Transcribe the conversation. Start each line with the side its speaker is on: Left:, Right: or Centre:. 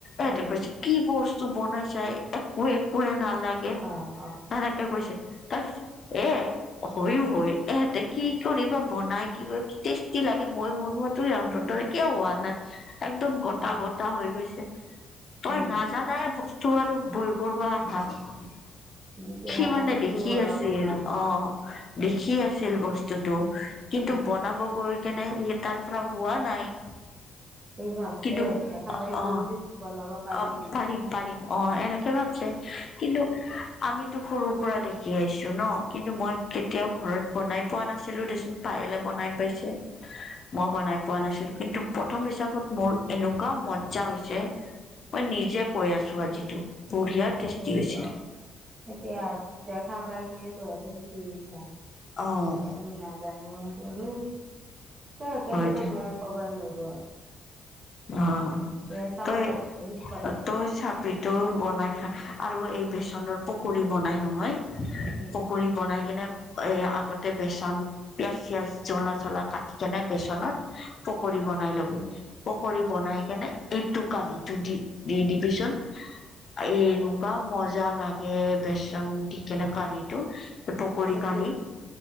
Left: এ
Right: এই
Left: তপই চিশ কি বস্তু বনাইছাই একো-একোৱে নালাগে সেনেকে
Right: অ অ
Left: কৈছে। তাৰপিচত এ হয়ও হয় এহেতে কি কৰিবা বনাই কি কৰি টেষ্টি লাগে মই বনোৱা তোৰ ইহতৰ
Right: উম
Left: দৰে কিয় হোৱা নাই একদম গটা-গটা
Right: অ
Left: হৈ গৈছে। তই
Right: উম
Left: নাজানাই বস্তু আৰু বইল কৰবা আহা।
Right: যিটো
Left: সি
Right: নাজানে
Left: মানে
Right: সেইটো
Left: দেখি
Right: বনাব
Left: আছিল
Right: নালাগে
Left: অ', দেখি আছিল, বস্তুটো কিন্তু
Right: উম
Left: বনাব গৈ কেনে সি তাৰ পৰা হোৱা নাই।
Right: ঠিক ভাবছে
Left: কিন্তু অহ,
Right: দেখা পাইছো যদি বনাব পাৰিম
Left: অহ,
Right: বুলি
Left: পাৰিম। পাৰিম অ' এনেকে ভাবছে কিন্তু আমিতো সৰুৰ পৰা দেখি আহিছো ন কিন্তু মই কেতিয়াও ঘৰত বনাই পোৱা নাছিলো দেচোন। পাযয়েলে বনাই পাইছে। মই বনাই পোৱা নাছিলো কিন্তু প্ৰথম হিচাপত মোৰ এনেকুৱা মজ্জা হৈছে। মই নিজে কৈ আছো আজিতো বঢ়িয়া
Right: তাকেইতো
Left: টেষ্টি হৈছে।
Right: এতিয়া দেখা পায় কিনি তহতে শিকি গৈছা।
Left: অ',
Right: এতিয়া আমি নাজানো আৰু আমি ক কেনেকে
Left: হয় দে
Right: বনাই কব নোৱাৰো আৰু।
Left: অহ,
Right: এতিয়া চাব
Left: তই-তই
Right: লাগব শিকিব লাগব
Left: চাবিত টো বনাই খান আৰু এই বেচনৰ পকৰি বনাই নহয়।
Right: উম
Left: পকৰি বনাই কিনে এ আগতে বেচন পিয়াজ চিয়াজ জলা চলা কাটি কেনে বেচনত, পকৰী বনাই ল'বি
Right: উম
Left: পকৰী
Right: অ
Left: বনাই কিনে। এইটো কঢ়িটো দি দি দিবিচোন এনেকুৱা
Right: অ
Left: মজা লাগে। বেচন দিকিনে কাৰিটো পকৰী
Right: সেইটো
Left: কাঢ়ি।